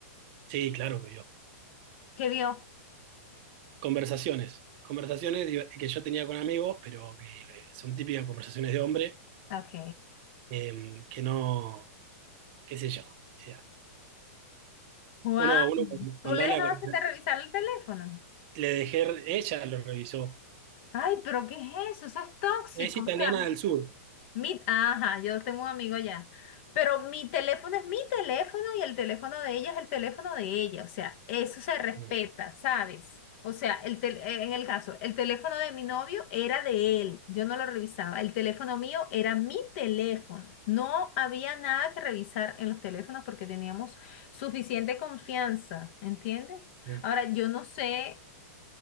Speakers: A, on the right; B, on the left.
A: sí, claro que yo.
B: ¿Qué vio?
A: Conversaciones, conversaciones div- que yo tenía con amigos, pero que eh, son típicas conversaciones de hombre,
B: Ok.
A: em, que no, qué sé yo. O sea,
B: Juan,
A: uno, uno
B: ¿tú
A: cuando
B: le
A: habla
B: dejaste
A: con-
B: de revisar el teléfono?
A: le dejé, ella lo revisó.
B: Ay, pero ¿qué es eso? Eso es tóxico.
A: Es italiana
B: O sea,
A: del sur.
B: Mi, ajá, yo tengo un amigo allá. Pero mi teléfono es mi teléfono y el teléfono de ella es el teléfono de ella. O sea, eso se respeta,
A: Mm,
B: ¿sabes? O sea, el tel- eh, en el caso, el teléfono de mi novio era de él. Yo no lo revisaba. El teléfono mío era mi teléfono. No había nada que revisar en los teléfonos porque teníamos suficiente confianza, ¿entiendes?
A: mm.
B: Ahora, yo no sé.